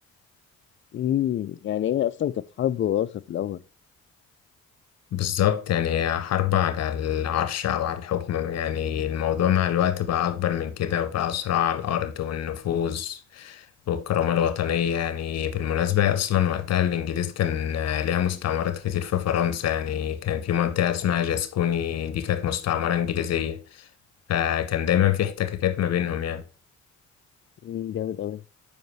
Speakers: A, on the left; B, on the left.
A: امم يعني هي اصلا كانت حرب وراثه في الاول
B: بالظبط يعني هي حرب على العرش أو على الحكم يعني الموضوع مع الوقت بقى أكبر من كده وبقى صراع على الأرض والنفوذ والكرامة الوطنية يعني بالمناسبة هي أصلا وقتها الإنجليز كان ليها مستعمرات كتير في فرنسا يعني كان في منطقة اسمها جاسكوني دي كانت مستعمرة إنجليزية فكان دايما في احتكاكات ما بينهم يعني
A: امم جامد قوي